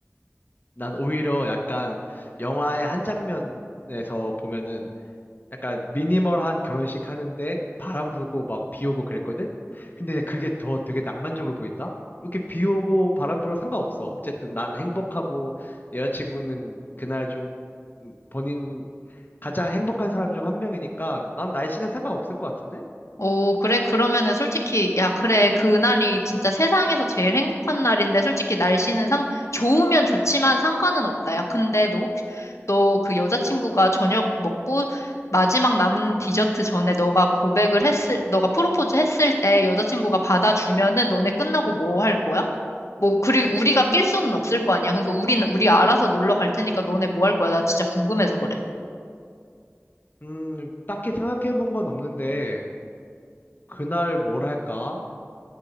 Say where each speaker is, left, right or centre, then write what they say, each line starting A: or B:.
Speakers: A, on the left; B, on the left.
A: 난 오히려 약간 영화의 한 장면에서 보면은 약간 미니멀한 결혼식 하는데 바람 불고 막 비 오고 그랬거든? 근데 그게 더 되게 낭만적으로 보인다? 이렇게 비 오고 바람 불어 상관없어. 어쨌든 난 행복하고 내 여자친구는 그날 좀 음, 본인 가장 행복한 사람 중 한 명이니까 난 날씨는 상관없을 것 같은데?
B: 오, 그래. 그러면은 솔직히, 야, 그래. 그날이 진짜 세상에서 제일 행복한 날인데, 솔직히 날씨는 상, 좋으면 좋지만 상관은 없다. 야, 근데 너 혹시, 너 그 여자친구가 저녁 먹고 마지막 남은 디저트 전에 너가 고백을 했을, 너가 프로포즈 했을 때 여자친구가 받아주면은 너네 끝나고 뭐 할 거야? 뭐, 그리고 우리가 낄 수는 없을 거 아니야. 그러니까 우리는, 우리 알아서 놀러 갈 테니까 너네 뭐 할 거야? 나 진짜 궁금해서 그래.
A: 음, 딱히 생각해 본 건 없는데 그날 뭘 할까?